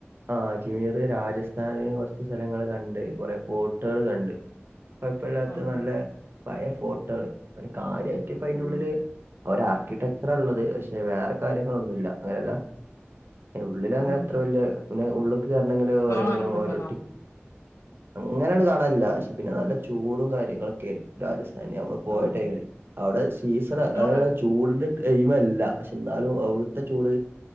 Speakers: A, on the right (about 60°); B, on the left (about 85°).
A: ആഹ് അജ്മീറ് രാജസ്ഥാന് കൊറച്ച് സ്ഥലങ്ങള് കണ്ട് കൊറെ ഫോർട്ടുകള് കണ്ട് കൊയപ്പല്ലാത്ത
B: ആഹ്
A: നല്ല പയേ ഫോർട്ടുകള് കാര്യായിട്ടിപ്പയിന്റുള്ളില്
B: ആഹ്
A: ഒരാർക്കിടെക്ചറാള്ളത് പക്ഷേ വേറെ കാര്യങ്ങളൊന്നുല്ല അങ്ങനെല്ല ഉള്ളിലങ്ങനെത്ര
B: ആഹ്
A: വല്യ പിന്നെ ഉള്ള്ക്ക് കേറണങ്കില്
B: കാണാനൊന്നുല്ലല്ലോ
A: ഓരോന്നിനും ഓരോ ടിക്ക അങ്ങനാട് കാണാനില്ല പക്ഷെ പിന്ന നല്ല ചൂടും കാര്യങ്ങളൊക്കേനു രാജസ്ഥാനി അമ്മള് പോയ
B: ആഹ്
A: ടൈംമില് അവിടെ സീസണ <unintelligible>
B: നിങ്ങള്
A: ചൂടിന് ടൈമല്ല പക്ഷെന്നാലും അവിടുത്തെ ചൂട്